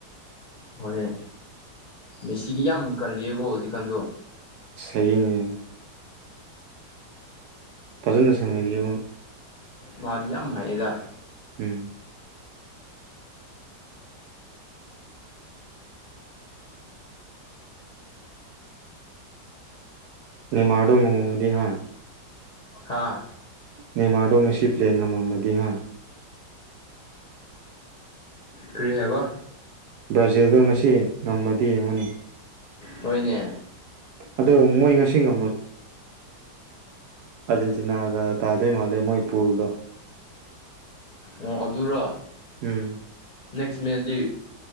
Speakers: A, on the left (about 35°); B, on the right (about 70°).
A: ꯍꯣꯏꯍꯣꯏ ꯃꯦꯁꯤꯗꯤ ꯌꯥꯝ ꯀꯜꯂꯤꯌꯦꯀꯣ ꯍꯧꯖꯤꯛꯀꯥꯟꯁꯨ
B: ꯑ ꯌꯦꯅꯦ ꯐꯖꯗ ꯁꯅꯔꯤꯕ
A: ꯃꯥꯔꯤ ꯌꯥꯝ ꯍꯥꯏꯩꯗ
B: ꯎꯝ ꯅ ꯃꯥꯣ ꯉ ꯃꯃꯗꯤ ꯍꯥ
A: ꯍꯥꯥ
B: ꯅꯦꯃꯥꯗꯣ ꯉꯁꯤ ꯄ꯭ꯂꯦ ꯉꯃ ꯃꯗꯤ ꯍꯥꯥ
A: ꯀꯔꯤ ꯍꯥꯏꯕ
B: ꯕ꯭ꯔꯥꯖꯤꯜꯗꯣ ꯉꯁꯤ ꯉꯝꯃꯗꯤ ꯌꯦꯡꯉꯨꯅꯤ
A: ꯍꯅꯦ
B: ꯑꯗꯣ ꯃꯣꯏ ꯉꯁꯤꯃꯨ ꯑꯔꯖꯦꯟꯇꯤꯅꯥꯒ ꯇꯥꯗꯣꯏ ꯃꯥꯜꯂꯦ ꯃꯣꯏꯄꯨꯔꯗꯣ
A: ꯑꯣ ꯑꯗꯨꯔ
B: ꯎꯝ
A: ꯅꯦꯛꯁ ꯃꯦꯠꯁꯇꯤ